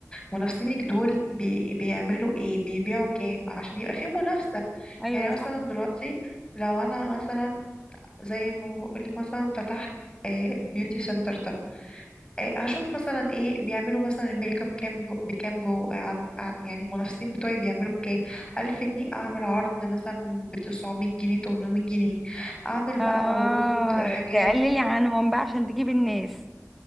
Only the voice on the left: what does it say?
منافسينك دول بي بيعملوا ايه بيبيعوا كام عشان يبقى في منافسة
يعني مثلا دلوقتي لو انا مثلا زي ما بقولك مثلا فتحت آه، البيوتي سنتر ده، آه، هشوف مثلا ايه بيعملوا مثلا الميك اب كام جو بكام جو عن ع- يعني المنافسين بتوعي بيعملوا بكام ألف جنيه أعمل عرض مثلا بتسعمية جنيه تمنمية جنيه أعمل بقى
عروض حاجات